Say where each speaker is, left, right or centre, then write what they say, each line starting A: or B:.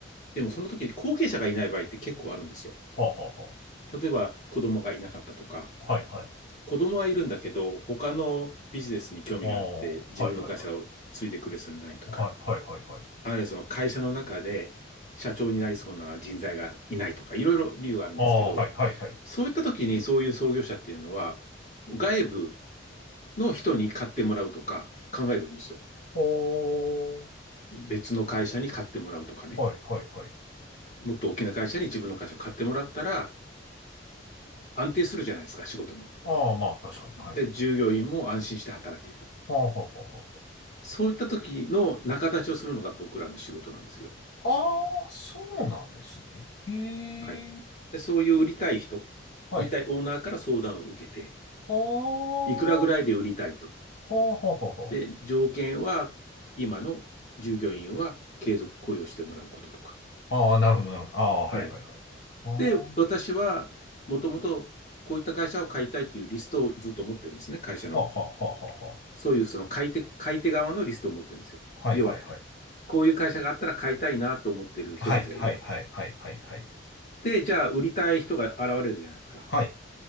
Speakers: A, on the left (about 40°); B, on the left (about 65°).
A: でもその時に後継者がいない場合って結構あるんですよ。
B: はあ、はあ、は
A: 例えば子供がいなかったとか、
B: あ、はい、はい、
A: 子供はいるんだけど、他のビジネスに興味があって自分の会社を継いでくれそうにないとか、
B: ああ、はい、はい、はい、はい、はい、はい、はい、
A: あるいはその会社の中で社長になりそうな人材がいないとか、いろいろ理由があるんですけど、
B: ああ、はい、はい、はい、
A: そういった時にそういう創業者っていうのは、外部の人に買ってもらうとか考えるんですよ。
B: ほー、
A: 別の会社に買ってもらうとかね。
B: はい、はい、はい、
A: もっと大きな会社に自分の会社を買ってもらったら、安定するじゃないですか、仕事も。
B: あまあ、確かに、はい、
A: で、従業員も安心して働ける。
B: はあ、ははは
A: そういった時の仲立ちをするのが僕らの仕事なんですよ。
B: あ、そうなんですね。へ
A: はい。で、そういう売りたい人、
B: はい、
A: 売りたいオーナーから相談を受けて、
B: あは
A: いくらぐらいで売りたいと。
B: ははは
A: で、条件は、今の従業員は継続雇用してもらうこととか。
B: あ、なるほど、なるほど、あはい、
A: はい。
B: はい、はい、あは
A: で、私は、もともとこういった会社を買いたいというリストをずっと持ってるんですね、会社の。
B: あ、ははは
A: そういうその買い手、買い手側のリストを持ってるんですよ。
B: ははい、
A: 要は、こういう会社があったら買いたいなと思ってる人たちがいるわけ。
B: はい、はい、はい、はい、はい、はい、
A: で、じゃあ、売りたい人が現れるじゃないですか。
B: はい、